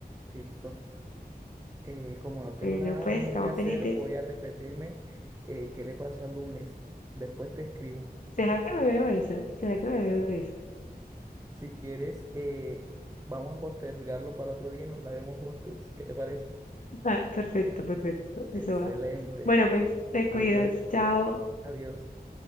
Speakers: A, on the right; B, on the left.
A: Listo. Eh, como no tengo
B: Bueno,
A: nada
B: pues
A: mejor
B: estamos
A: que hacer,
B: pendientes.
A: voy a repetirme eh, qué le pasó al lunes. Después te escribo.
B: ¿Será que me veo esa? ¿Será que me veo esa?
A: Si quieres, eh, vamos a postergarlo para otro día y nos la vemos juntos. ¿Qué te parece?
B: Ah, perfecto, perfecto. Eso
A: Excelente.
B: va. Bueno, pues te
A: Adiós.
B: cuidas. Chao.
A: Adiós.